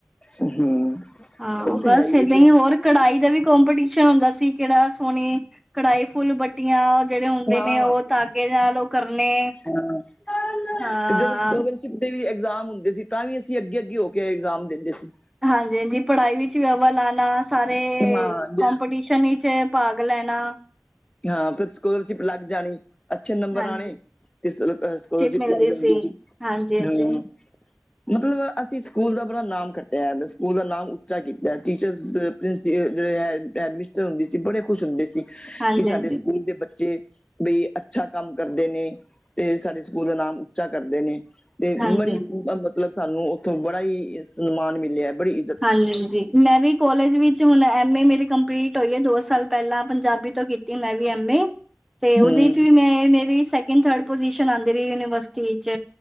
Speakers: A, on the left; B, in the centre.
A: ਹਮ।
B: ਹਾਂ
A: ਉਹ ਤੇ
B: ਬਸ,
A: ਹੈ
B: ਏਦਾਂ
A: ਹੈ ਫਿਰ
B: ਹੀ ਹੋਰ। ਕਢਾਈ ਦਾ ਵੀ ਕਪੀਟੀਸ਼ਨ ਹੁੰਦਾ ਸੀ। ਕਿਹੜਾ ਸੋਹਣੀ ਕਢਾਈ, ਫੁੱਲ ਬ ਟੀਆਂ ਜਿਹੜੇ ਹੁੰਦੇ
A: ਹਾਂ
B: ਨੇਂ, ਉਹ ਤਾਗੇ ਨਾਲ ਉਹ ਕਰਨੇ।
A: ਹਾਂ
B: ਹਾਂ
A: ਤੇ ਜਦੋਂ ਸਕੋਲਰਸ਼ਿਪ ਦੇ ਵੀ ਇਗਜ਼ਾਮ ਹੁੰਦੇ ਸੀ ਤਾਂਵੀ ਅਸੀਂ ਅੱਗੇ-ਅੱਗੇ ਹੋ ਕੇ ਐਗਜ਼ਾਮ ਦਿੰਦੇ ਸੀ।
B: ਹਾਂਜੀ ਹਾਂਜੀ, ਪੜ੍ਹਾਈ ਵਿੱਚ ਵੀ ਅਵਲ ਆਣਾ, ਸਾਰੇ
A: ਹਾਂ
B: ਕੌੰਪੀਟਿਸ਼ਨ
A: ਜ
B: ਸ਼ਨੀ ਚ ਭਾਗ ਲੈਣਾ।
A: ਹਾਂ ਫਿਰ ਸਕੋਲਰਸ਼ਿਪ ਲੱਗ ਜਾਣੀ। ਅੱਛੇ ਨੰਬਰ
B: ਹਾਂਜੀ
A: ਆਣੇ ਤੇ ਸ ਸਕੋਲਰਸ਼ਿਪ
B: ਮਿਲਦੀ
A: ਲੱਗ ਜਾਂਦੀ ਸੀ।
B: ਹਾਂਜੀ ਹਾਂਜੀ
A: ਹਂ <unintelligible> ਮਤਲਬ ਅਸੀਂ ਸਕੂਲ ਦਾ ਬਰਾ ਨਾਮ ਖੱਟਿਆ, ਸਕੂਲ ਦਾ ਨਾਮ ਉੱਚਾ ਕੀਤਾ। ਟੀਚਰਜ਼ ਪ੍ਰੀਸੀ ਜੇਡੇ ਆ ਮਿਸਟਰ ਹੁੰਦੇ ਸੀ, ਬੜੇ ਖੁਸ਼ ਹੁੰਦੇ ਸੀ
B: ਹਾਂਜੀ
A: ਕਿ ਸਾਡੇ
B: ਹਾਂਜੀ
A: ਸਕੂਲ ਦੇ ਬੱਚੇ। ਬੀ ਅੱਛਾ ਕੰਮ ਕਰਦੇ ਨੇਂ ਤੇ ਸਾਡੇ ਸਕੂਲ ਨਾਮ ਉੱਚਾ ਕਰਦੇ ਨੇਂ। ਤੇ
B: ਹਾਂਜੀ
A: ਬੜੀ ਮਤਲਬ ਸਾਨੂੰ ਉੱਥੋਂ ਬੜਾ ਈ ਸਨਮਾਨ ਮਿਲਿਆ। ਬੜੀ ਇ
B: ਹਾਂਜੀ, ਹਾਂਜੀ। ਮੈਂ ਵੀ ਕੋਲਜ ਵਿੱਚ ਹੁਣ ਐਮ ਏ ਮੇਰੀ ਕੰਪਲੀਟ ਹੋਈ ਐ, ਦੋ ਸਾਲ ਪਹਿਲਾਂ ਪੰਜਾਬੀ ਤੋਂ ਕੀਤੀ ਮੈਂ ਵੀ ਐਮ ਏ। ਤੇ ਉਹਦੇ
A: ਹੂੰ
B: ਚ ਵੀ ਮੈਂ, ਮੇਰੀ ਸੈਕਿੰਡ ਥਰਡ ਪਜ਼ਿਸ਼ਨ ਆਂਦੀ ਰਹੀ ਏ ਯੂਨੀਵਰਸਿਟੀ ਇੱਚ